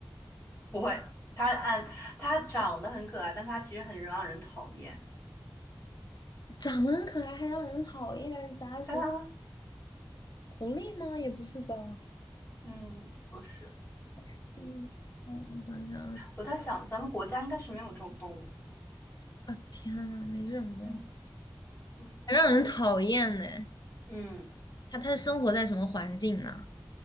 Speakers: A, on the left (about 30°); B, on the left (about 55°).
A: 不会，它按它长得很可爱，但它其实很让人讨厌。
B: 长得很可爱还让人讨厌，而杂食
A: 对啊，
B: 狐狸吗？也不是吧。
A: 嗯，不是。
B: 杂食性嗯，我想想啊。
A: 我在想，咱们国家应该是没有这种动物的。
B: 啊，天呐，没这种东西，
A: 嗯嗯
B: 还让人讨厌呢。
A: 嗯。
B: 它它是生活在什么环境呢？